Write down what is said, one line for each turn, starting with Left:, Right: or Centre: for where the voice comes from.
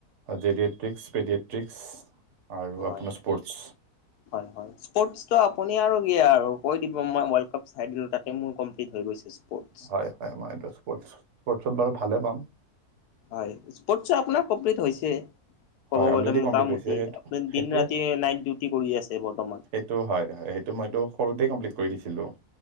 Right: জেডিয়েট্ৰিকস, পেডিয়েট্ৰিকস আৰু
Left: হয়।
Right: আপোনাৰ স্পৰ্টচ।
Left: হয় হয়। স্পৰ্টচটো আপুনি আৰু দিয়ে আৰু, কৈ দিব মই ৱৰ্ল্ড কাপ চাই দিলো তাতে মোৰ কমপ্লিট হৈ গৈছে। স্পৰ্টছ।
Right: হয় হয় মই এইটো, <unintelligible> বাৰু ভালে পাম।
Left: হয়, স্পৰ্ট চে আপোনাৰ কমপ্লিট হৈছে। ক'ব
Right: হয়
Left: গলে
Right: অলৰেডি
Left: মোটামুটি,
Right: কমপ্লিট হৈছে সেইটো
Left: আপুনি
Right: সেইটো
Left: দিন ৰাতি নাইট ডিউটি কৰি আছে বৰ্তমান।
Right: সেইটো হয় হয়, সেইটো মইতো সৰুতেই কমপ্লিট কৰি দিছিলোঁ।